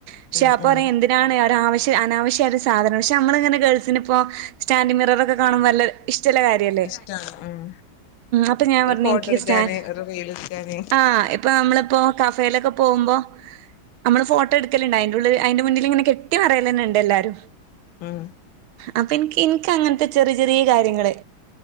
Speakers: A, on the right; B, on the left.
A: പക്ഷെ
B: ഉം
A: അപ്പ
B: ഉം
A: പറയാ എന്തിനാണ് ഒരാവശ്യം അനാവശ്യ പ ഒരു സാധന പക്ഷെ നമ്മളിങ്ങനെ ഗേൾസിന് ഇപ്പോ സ്റ്റാൻ്റിൻ മിററൊക്കെ കാണും വല്ല ഇഷ്ടല്ല കാ ര്യല്ലേ
B: ഇഷ്ടാണ് ഉം
A: അപ്പൊ ഞാൻ
B: ഒരു
A: പർഞ്
B: ഫോട്ടോ
A: <unintelligible>
B: എടുക്കാന് ഒരു റീൽ എടുക്കാന്
A: ആ ഇപ്പൊ നമ്മളിപ്പോ കഫേലൊക്കെ പോകുമ്പോ നമ്മള് ഫോട്ടോ എടുക്കല്ണ്ട് അയ്ന്റെ ഉള്ളില് അയ്ന്റെ മുന്നിൽ ഇങ്ങനെ കെട്ടി മറിയലെന്നണ്ട് എല്ലാരും
B: ഉം
A: അപ്പൊ ഇൻക്ക് ഇൻക്കങ്ങൻ ത്തെ ചെറിയ ചെറിയ കാര്യങ്ങള്